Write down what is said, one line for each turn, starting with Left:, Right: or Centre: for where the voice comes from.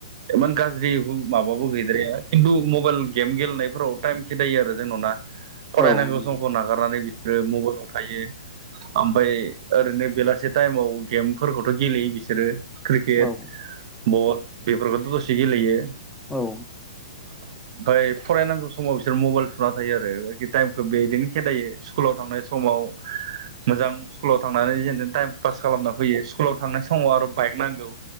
Right: इमान गाज्रि माबाबो गैद्राया खिन्थु मबाइल गेम गेलेनायफोराव टाइम खेदायो आरो जोंनाव ना फरायनांगौ
Centre: औ नंगौ
Right: समखौ नागारनानै आरो मबाइलाव थायो ओमफ्राय ओरैनो बेलासे टाइमाव गेमफोरखौथ' गेलेयो बिसोरो क्रिकेट
Centre: औ
Right: बल बेफोरखौथ दसे गेलेयो
Centre: औ
Right: <inaudible> ओमफ्राय फरायनांगौ समाव बिसोर मबाइल थुना थायो आरो टाइमखौ बिदिनो खेदायो स्कुलाव थांनाय समाव मोजां स्कुलाव थांनानै जेनथेन टाइमखो पास खालामना फैयो स्कुलाव थांनाय समाव आरो बाइक नांगौ